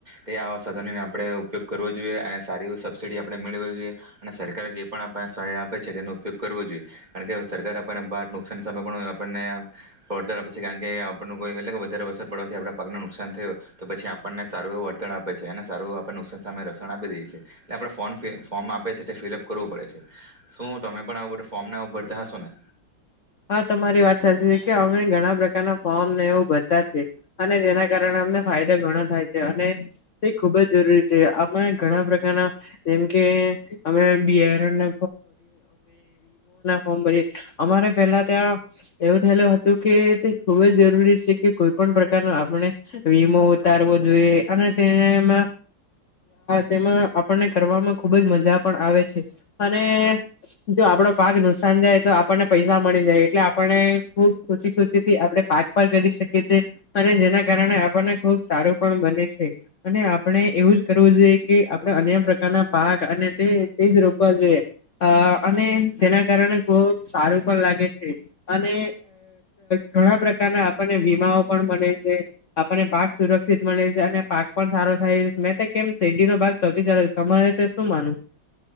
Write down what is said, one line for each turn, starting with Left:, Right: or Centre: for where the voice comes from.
Right: ધ આપે ઉપયોગ કરવો જોઈએ અને સારી સબસસીડી આપે મેળવી જોઈએ આપ જે પણ આપણને સહાય આપે છે તેનો ઉપયોગ કરવો જોઈએ કારણ કે સરકારારે આપણને ભાર નુકસાન સામે પણ આપણને ફ આપે છે કારણ કે આપણઈ અલગ વધારે વસર પડવાથી આપ પાક ન નુકસાન થયું તો પછી આપણને વર્તણ આપે છે અને સારું આપણે નુકસાન સામે રક્ષણ આપી દે છે એ આપણે ફોર્મ આપે છે ફિલઅપ કરવું પડે છે શું તમે પણ આવું બધું ફોર્મ ભરતા હશો ને
Left: હા તમારી વાત સાચી છે કે અમે ઘણા પ્રકારના ફોર્મ ને એવો બધતા અને જેના કારણે અમને ફાયદા ઘણા થાય છે અને તે ખુબ જ જરૂરી છે આમાં ઘણા પ્રકારના જેમ કે ફોર્મ ભર અમો ફોર્મ ભર અમારે પેલા ત્યાં એવું થયેલું હતું કે તે ખૂબ જ જરૂરી છે કે કોઈ પણ પ્રકારનું આપણે વીમો ઉતારવો જોઈએ અને તેને એમાં તેમાં આપણને કરવામાં ખુબ જ મજા પણ આવે છે અને જો આપડો પાક નુકસાન જાય તો આપણને પૈસા. મળી જાય. એટલે આપને ખબ ખુશી ખુશીથી આપણે પાક પર કરી શકીએીએ. અને જેના કારણે આપણને ખુબ સારું પણ બને છે. અને આપણે એવું જ કરવું જોઈએ કે આપણેે અન્ય પ્રકારના. પાક અને તે તેજ રોવા જોઈ. અને તેના કારણે ખુબ સારું. પણ લાગે છે. અને ઘણા પ્રકારના આપણને વીમાઓ પણ બને છે. આપને પાક સુરક્ષિત મળે છે. અને પાક પણ સારો થાય. મેં તો કેમ શેરડી નો ભાગ સૌથી સારો તમારે. તે તોું માન.